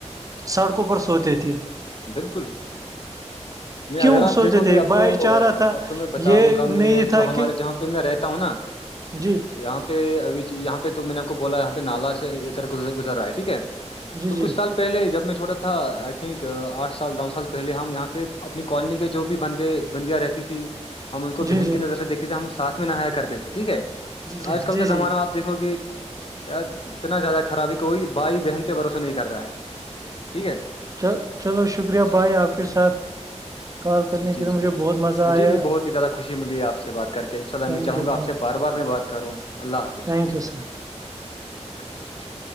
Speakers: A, on the right; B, on the left.
A: سڑکوں پر سوتے تھے
B: بالکل میں
A: کیوں
B: اگر آپ
A: سوتے
B: دیکھو
A: تھے
B: گے آپ
A: بھائی
B: کو
A: چارہ تھا
B: آپ کو میں بتاؤں
A: یہ
B: گا
A: نہیں
B: میں
A: تھا
B: جو ہمارے
A: کہ
B: جہاں تو میں رہتا ہوں نا
A: جی
B: یہاں پہ ابھیی یہاں پہ تو میں نے آپ کو بولا ہے یہاں پہ نالا سے ادھرز گزر رہا ہے ٹھیک ہے
A: جی
B: تو
A: جی
B: کچھ سال پہلے جب میں چھوٹا تھا آئی تھنک آٹھ سال دوو سال پہلے ہم یہاں پہ اپنی کالونی کے جو بھی بندے بندیاں رہتی تھی ہم ان کو
A: جی
B: بہن
A: جی
B: کی نظر سے دیکھتے تھے ہم ساتھ میں نہایا کرتے تھے ٹھیک ہے
A: جی جی
B: آج کل
A: جی
B: کا
A: جی
B: زمانہ اب دیکھو گے یار اتنا زیادہ خراب ہے کوئی بھائی بہن پہ بھروسہ نہیں کر رہا ہے ٹھیک ہے
A: چ چلو شکریہ بائی آپ کے ساتھ کال کرنے
B: جی
A: کے
B: جی
A: مجھے بہت مزہ
B: مجھے
A: آیا
B: بھی بہت ہی زیادہ خوشی ملی آپ سے بات کر کے ان شاءلہ
A: تھینک
B: میں چاہوں
A: یو
B: گا
A: تھینک
B: آپ سے بار بار میں بات کروں اللہ حافظ
A: تھینک یو سر
B: <unintelligible>